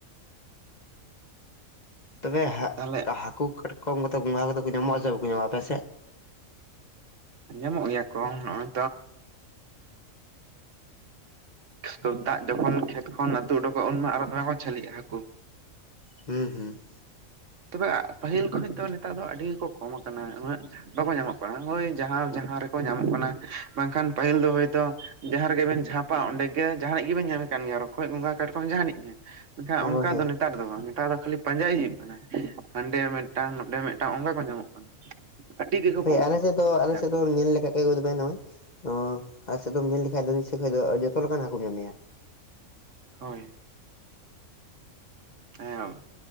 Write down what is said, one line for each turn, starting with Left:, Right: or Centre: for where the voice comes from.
Left: ᱛᱚᱵᱮ
Right: ᱛᱟᱦᱚᱞᱮ
Left: ᱦᱟᱹᱠᱩ ᱠᱟᱴᱠᱚᱢ ᱠᱚᱛᱮ ᱜᱚᱸᱜᱷᱟ ᱠᱚ ᱠᱟᱛᱮ ᱠᱚ ᱧᱟᱢᱚᱜ-ᱟ ᱥᱮ ᱵᱟᱠᱚ ᱧᱟᱢᱟ ᱟᱯᱮ ᱥᱮᱫ?
Right: ᱧᱟᱢᱚᱜ ᱜᱮᱭᱟ ᱠᱚ ᱱᱚᱜ-ᱚᱭ ᱛᱚ ᱫᱟᱜ ᱡᱚᱠᱷᱚᱱ ᱠᱷᱮᱛ ᱠᱷᱚᱱ ᱟᱹᱛᱩ ᱩᱰᱩᱠᱚᱜ-ᱟ ᱩᱱᱢᱟ ᱟᱨᱚ ᱫᱷᱟᱨᱟ ᱠᱷᱚᱱ ᱡᱷᱟᱹᱞᱤᱜ-ᱟ ᱦᱟᱹᱠᱩ
Left: ᱦᱩᱸ ᱦᱩᱸ
Right: ᱛᱚᱵᱮ ᱯᱟᱹᱦᱤᱞ ᱠᱷᱚᱡ ᱫᱚ ᱱᱮᱛᱟᱨ ᱫᱚ ᱟᱹᱰᱤ ᱜᱮᱠᱚ ᱠᱚᱢ ᱠᱟᱱᱟ ᱩᱱᱟᱹᱜ ᱵᱟᱠᱚ ᱧᱟᱢᱚᱜ ᱠᱟᱱᱟ ᱦᱳᱭ ᱡᱟᱦᱟᱸ ᱡᱟᱦᱟᱸ ᱨᱮᱠᱚ ᱧᱟᱢᱚᱜ ᱠᱟᱱᱟ ᱵᱟᱝᱠᱷᱟᱱ ᱯᱟᱹᱦᱤᱞ ᱫᱚ ᱦᱳᱭ ᱛᱳ ᱡᱟᱦᱟᱸ ᱨᱮᱜᱮᱵᱮᱱ ᱡᱷᱟᱯᱟ ᱚᱸᱰᱮ ᱜᱮ ᱡᱟᱦᱟᱱᱟᱜ ᱜᱮᱵᱮᱱ ᱧᱟᱢᱮ ᱠᱟᱱ ᱜᱮᱭᱟ ᱨᱚᱠᱚᱡ ᱜᱚᱸᱜᱟ ᱠᱟᱴᱠᱚᱢ ᱡᱟᱦᱟᱱᱤᱡ ᱜᱮ ᱢᱮᱱᱠᱷᱟᱱ
Left: ᱦᱳᱭ
Right: ᱚᱱᱠᱟ
Left: ᱦᱳᱭ
Right: ᱫᱚ ᱱᱮᱛᱟᱨ ᱫᱚ ᱵᱟᱝ ᱱᱮᱛᱟᱨ ᱫᱚ ᱠᱷᱟᱹᱞᱤ ᱯᱟᱸᱡᱟᱭ ᱦᱩᱭᱩᱜ ᱠᱟᱱᱟ᱾ ᱦᱟᱸᱰᱮ ᱢᱤᱫᱴᱟᱝ ᱱᱚᱰᱮ ᱢᱤᱫᱴᱟᱝ ᱚᱱᱠᱟ ᱠᱚ ᱧᱟᱢᱚᱜ ᱠᱟᱱᱟ᱾ ᱟᱹᱰᱤ ᱜᱮᱠᱚ
Left: ᱦᱳᱭ
Right: ᱠᱚᱢ
Left: ᱟᱞᱮᱥᱮᱫ ᱫᱚ
Right: ᱟᱠᱟᱱᱟ
Left: ᱟᱞᱮᱥᱮᱫ ᱫᱚ ᱧᱮᱞ ᱞᱮᱠᱷᱟᱡ ᱜᱮ ᱟᱹ ᱜᱩᱮ ᱱᱚᱜ-ᱚᱭ ᱟᱞᱮᱥᱮᱫ ᱫᱚᱢ ᱧᱮᱞ ᱞᱮᱠᱷᱟᱱ ᱫᱚᱢ ᱟᱞᱮ ᱠᱷᱚᱡ ᱫᱚ ᱡᱚᱛᱚ ᱞᱮᱠᱟᱱ ᱦᱟᱹᱠᱩ ᱧᱟᱢᱮᱭᱟ
Right: ᱦᱳᱭ ᱦᱮ